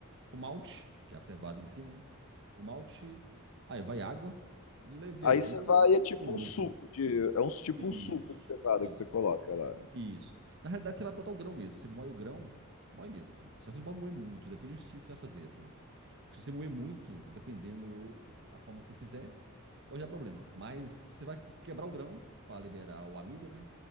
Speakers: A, on the right; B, on the left.
A: o malte, que é a cevada em si, né? O malte, aí vai água, levedura
B: Aí cevada é tipo
A: e o lúpulo.
B: um suco de, é um tipo
A: Isso,
B: um suco de cevada
A: isso,
B: que você coloca lá.
A: isso. Na realidade, você vai botar o grão mesmo. Você moe o grão, moe mesmo, assim. Só que não pode moer muito, depende do estilo que você vai fazer, assim. Se você moer muito, dependendo a forma que você fizer, pode dar problema. Mas você vai quebrar o grão para liberar o amido, né?